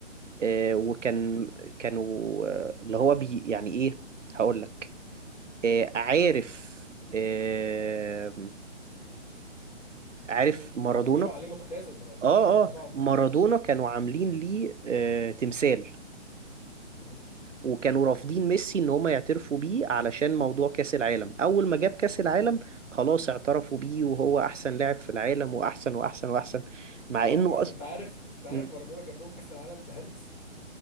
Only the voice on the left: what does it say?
مم.
هما بيقولوا عليه متخاذل ما انا قلت
لك اه
طبعا مارادونا
مم.
رغم
انت
عارف انت عارف
مارادونا جاب لهم كاس العالم بهندس